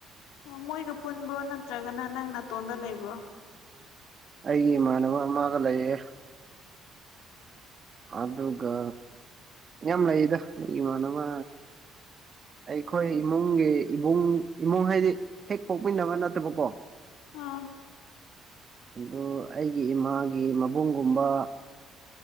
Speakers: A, on the left; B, on the right.
A: ꯑꯣ ꯃꯣꯏꯒ ꯄꯨꯟꯕ꯭ꯔꯣ ꯅꯠꯇ꯭ꯔꯒꯅ ꯅꯪ ꯅꯥꯇꯣꯟꯗ ꯂꯩꯕ꯭ꯔꯣ
B: ꯑꯩꯒꯤ ꯏꯃꯥꯟꯅꯕ ꯑꯃꯒ ꯂꯩꯌꯦ ꯑꯗꯨꯒ ꯌꯥꯝ ꯂꯩꯗ ꯏꯃꯥꯟꯅꯕ ꯑꯩꯈꯣꯏ ꯏꯃꯨꯡꯒꯤ ꯏꯕꯨꯡ ꯏꯃꯨꯡ ꯍꯥꯏꯗꯤ ꯍꯦꯛ ꯄꯣꯛꯃꯤꯟꯅꯕ ꯅꯠꯇꯕꯀꯣ
A: ꯑꯥ
B: ꯑꯗꯨ ꯑꯩꯒꯤ ꯏꯃꯥꯒꯤ ꯃꯕꯨꯡꯒꯨꯝꯕ